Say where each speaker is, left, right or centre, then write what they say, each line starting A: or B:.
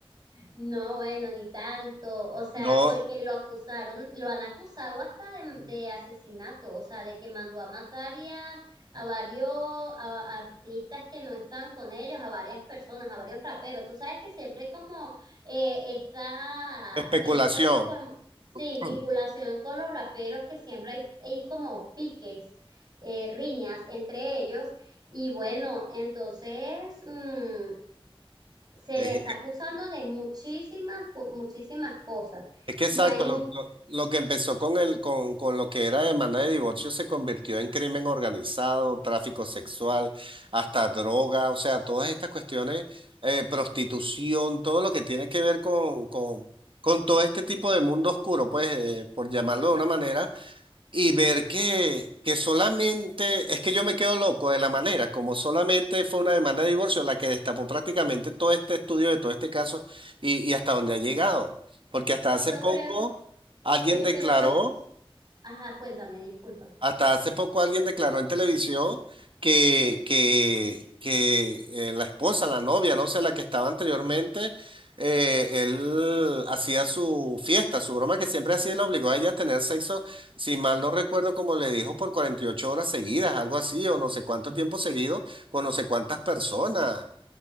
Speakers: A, on the right; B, on the right.
A: No, bueno, ni tanto, o sea,
B: No,
A: porque lo acusaron, lo han acusado hasta de, de asesinato, o sea, de que mandó a matar y a, a varios a- a artistas que no están con ellos, a varias personas, a varios raperos. Tú sabes que siempre hay como eh, esta,
B: especulación.
A: esta inform- sí, vinculación
B: <clears throat>
A: con los raperos, que siempre hay, hay como piques, eh, riñas entre ellos. Y bueno, entonces, mm, se
B: Es,
A: le está acusando de muchísimas, co- muchísimas cosas.
B: Es que
A: Y
B: exacto,
A: hay un,
B: lo, lo- lo que empezó con el, con, con lo que era demanda de divorcio se convirtió en crimen organizado, tráfico sexual, hasta droga, o sea, todas estas cuestiones, eh, prostitución, todo lo que tiene que ver con, con, con todo este tipo de mundo oscuro, pues, eh, por llamarlo de una manera, y ver que, que solamente, es que yo me quedo loco de la manera, como solamente fue una demanda de divorcio la que destapó prácticamente todo este estudio de todo este caso y, y hasta dónde ha llegado. Porque hasta
A: sí,
B: hace
A: yo
B: poco
A: creo,
B: alguien
A: ellos,
B: declaró
A: pero ellos, ajá, cuéntame, disculpa.
B: hasta hace poco alguien declaró en televisión que, que, que eh, la esposa, la novia, no sé, la que estaba anteriormente, eh, él hacía su fiesta, su broma que siempre hacía y la obligó a ella a tener sexo, si mal no recuerdo, como le dijo, por 48 horas seguidas, algo así, o no sé cuánto tiempo seguido, con no sé cuántas personas.